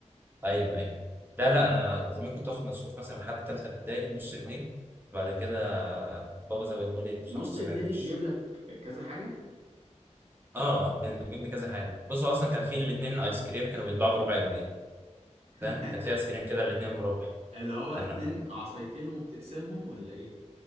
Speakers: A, on the right; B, on the right.
A: ايوه ايوه لا لا انا زمان كنت واخد مصروف مثلا لحد ثالثه ابتدائي نص جنيه وبعد كده بابا زوده لي
B: نص
A: 75
B: جنيه دي
A: قرش
B: تجيب لك كذا حاجة
A: اه كانت بتجيب لي كذا حاجه بصوا اصلا كان في الاثنين ايس كريم كانوا بيتباعوا بربع جنيه
B: <laughs>
A: فاهم كان في ايس كريم كده الاثنين بربع
B: اللي هو اتنين
A: كان
B: عصايتين وبتقسمهم ولا ايه